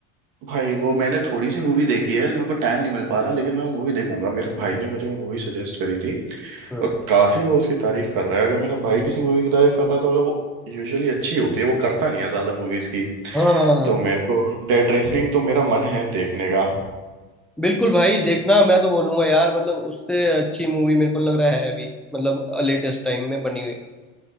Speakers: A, on the right; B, in the centre.
A: भाई वो मैंने थोड़ी सी मूवी देखी है मेरे को टाइम नहीं मिल पा रहा लेकिन मैं वो मूवी देखूंगा मेरे भाई ने मुझे वो मूवी सजेस्ट करी थी
B: हम्म।
A: और काफी वो उसकी तारीफ कर रहा है अगर मेरा भाई किसी मूवी की तारीफ कर रहा है तो मतलब वो यूजुअली अच्छी होती है वो करता नहीं है ज्यादा मूवीज की
B: हाँ हाँ हाँ
A: तो मेरे को डेड रेकनिंग तो मेरा मन है देखने का
B: बिल्कुल भाई देखना मैं तो बोलूंगा यार मतलब उससे अच्छी मूवी मेरे को लग रहा है अभी मतलब लेटेस्ट टाइम में बनी हुई